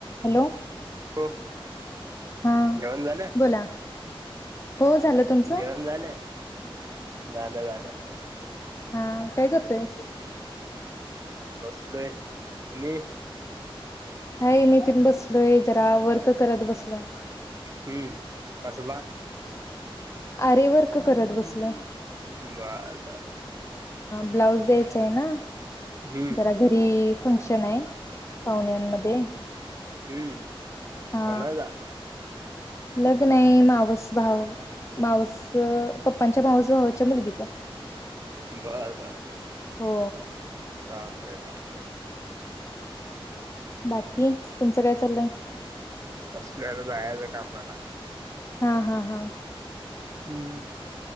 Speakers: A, on the left; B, on the right.
A: Hello
B: हो
A: हा
B: जेवण झालं
A: बोला हो झालं तुमचं
B: जेवण झालं झालं झालं
A: हा काय करतोयस
B: बसलेय तुमही
A: हाय मी पण बसलोय जरा वर्क करत बसलोय
B: हम्म अससबा
A: आरेवर क करत बसलं
B: बर बर
A: ब्लाऊज द्यायचा आहे ना
B: हम्म
A: जरा घरी फंक्शन आहे पाहुण्यांमध्ये
B: हम्म
A: हा
B: पणाज
A: लग्न आहे मावस भाव मावस पप्पांच्या भावच भावा मुलगीचा
B: बरं बर
A: हो
B: राबद राबते
A: बाकी तुमचं काय चाललंय
B: असल्या तर जायचं का मला
A: हा हा हा
B: हम्म